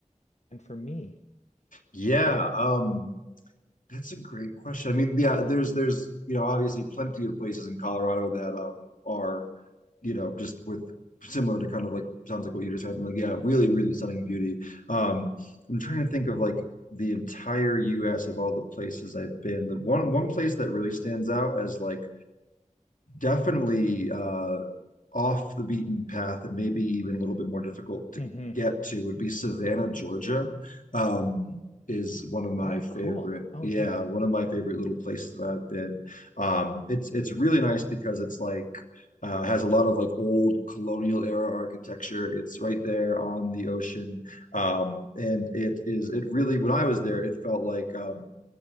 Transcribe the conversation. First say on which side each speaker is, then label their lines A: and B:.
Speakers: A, on the left (about 60°); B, on the left (about 80°).
A: for me?
B: Yeah. Um, That's a great question. I mean, yeah, there's there's you know obviously plenty of places in Colorado that um are you know just with similar to kind of like sounds like what you just had, like yeah, really really stunning beauty. Um, I'm trying to think of like the entire U.S. of all the places I've been. The one one place that really stands out as like definitely uh, off the beaten path and maybe even a little bit more difficult to
A: Mm-hmm.
B: get to would be Savannah, Georgia. Um, is one of my
A: Oh,
B: favorite,
A: cool. Oh,
B: yeah,
A: neat.
B: one of my favorite little places that I've been. Um, it's it's really nice because it's like uh, has a lot of like old colonial era architecture. It's right there on the ocean, um, and it is it really when I was there, it felt like um,